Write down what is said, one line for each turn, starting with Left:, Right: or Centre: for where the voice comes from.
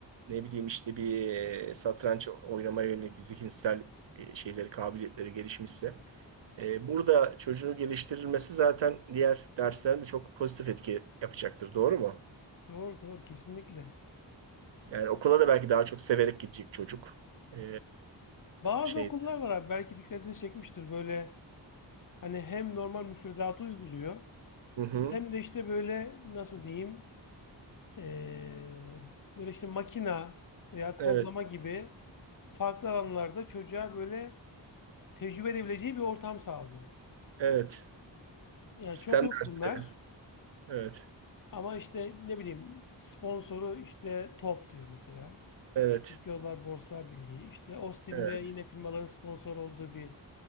Right: ne bileyim işte bir e, satranç oynamaya yönelik zihinsel e, şeyleri kabiliyetleri gelişmişse e, burada çocuğu geliştirilmesi zaten diğer derslerinde çok pozitif etki yapacaktır. Doğru mu?
Left: Doğru, doğru kesinlikle.
Right: Yani okula da belki daha çok severek gidecek çocuk. E,
Left: Bazı
Right: şey.
Left: okullar var abi belki dikkatini çekmiştir böyle hani hem normal müfredatı uyguluyor
Right: Hı hı.
Left: hem de işte böyle nasıl diyeyim e, böyle işte makina veya kodlama
Right: Evet.
Left: gibi farklı alanlarda çocuğa böyle tecrübe edebileceği bir ortam sağlıyor.
Right: Evet.
Left: Yani
Right: Sistem
Left: çok yok
Right: dersleri.
Left: bunlar.
Right: Evet.
Left: Ama işte ne bileyim sponsoru işte Top diyor mesela.
Right: Evet.
Left: Türkiye Odalar Borsa Birliği. İşte Ostim'de
Right: Evet.
Left: yine firmaların sponsor olduğu bir